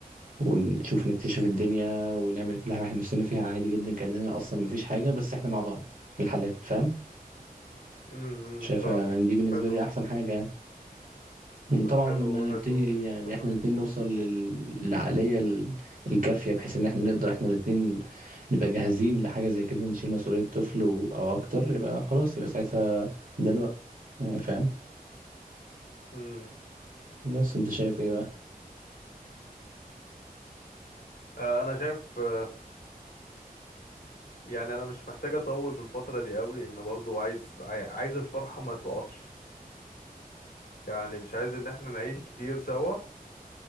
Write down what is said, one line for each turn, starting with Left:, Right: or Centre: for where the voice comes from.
Right: ونشوف نكتشف الدنيا ونعمل كل حاجة إحنا نفسنا فيها عادي جدا كأننا أصلا مفيش حاجة بس إحنا مع بعض في الحالات فاهم
Left: امم
Right: شايفها
Left: فاهمك
Right: إن دي بالنسبة
Left: حلو
Right: لي أحسن حاجة يعني.
Left: لا
Right: طبعا
Left: حلو
Right: لما نبتدي
Left: حلو
Right: يعني
Left: حلو
Right: احنا الاتنين
Left: جدا
Right: نوصل لل- للعقلية ال- الكافية بحيث ان احنا نقدر احنا الاتنين نبقى جاهزين لحاجة زي كده نشيل مسؤولية طفل و- او اكتر يبقى خلاص يبقى ساعتها ده الوقت يعني فاهم
Left: امم
Right: بس انت شايف ايه بقى
Left: آه انا شايف آه يعني انا مش محتاج اطول في الفتره دي قوي ان برضو عايز عاي- عايز الفرحه ما تقفش يعني مش عايز ان احنا نعيش كتير سوا